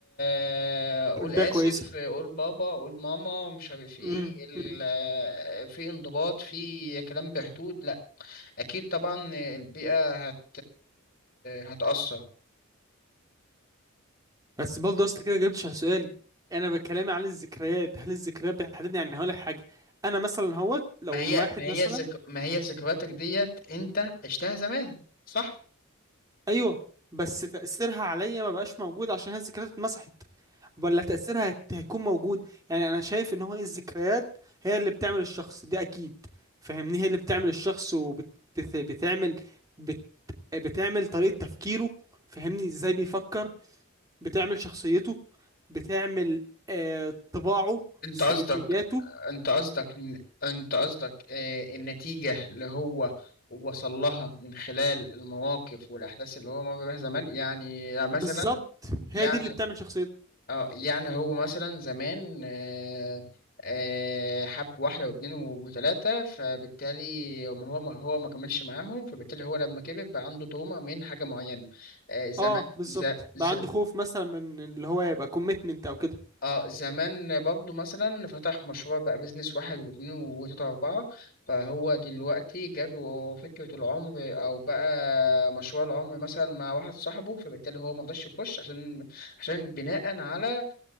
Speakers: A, on the left; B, on the right.
A: <laughs> قول آسف
B: ده كويسة
A: قول بابا قول ماما مش عارف ايه
B: امم
A: ال-
B: امم
A: في انضباط في كلام بحدود لا اكيد طبعا البيئة هت هتأثر
B: بس برضه اصل كده جبتش على سؤالي انا بكلامي عن الذكريات هل الذكريات بتحددني يعني هقول لك حاجه انا مثلا هوت لو
A: ما هي
B: الواحد
A: ما هي
B: مثلا
A: ذك... ما هي ذكرياتك ديت انت عشتها زمان صح
B: ايوه بس تاثيرها عليا ما بقاش موجود عشان هي الذكريات اتمسحت ولا تاثيرها هت- هيكون موجود يعني انا شايف ان هو إيه الذكريات هي اللي بتعمل الشخص دي اكيد فاهمني هي اللي بتعمل الشخص وبتعمل بت... بت- بتعمل بت- بتعمل طريقه تفكيره فاهمني ازاي بيفكر بتعمل شخصيته بتعمل آه طباعه
A: انت
B: سلوكياته
A: قصدك انت قصدك ان- انت قصدك آه، النتيجة اللي هو وصل لها من خلال المواقف والأحداث اللي هو مر بيها زمان يعني مثلا
B: بالظبط هي
A: يعني
B: دي اللي بتعمل شخصيته
A: اه يعني هو مثلا زمان آه، آه، حب واحدة واثنين وثلاثة فبالتالي هو هو ما هو ما كملش معاهم فبالتالي هو لما كبر بقى عنده تروما من حاجة معينة آه، زمان
B: اه بالظبط
A: ز-
B: بقى عنده خوف مثلا من اللي هو يبقى كوميتمنت او كده
A: اه زمان برضو مثلا فتح مشروع بقى بيزنس واحد واتنين وتلاتة وأربعة فهو دلوقتي جاته فكرة العمر أو بقى مشروع العمر مثلا مع واحد صاحبه فبالتالي هو مرضاش يخش عشان عشان بناء على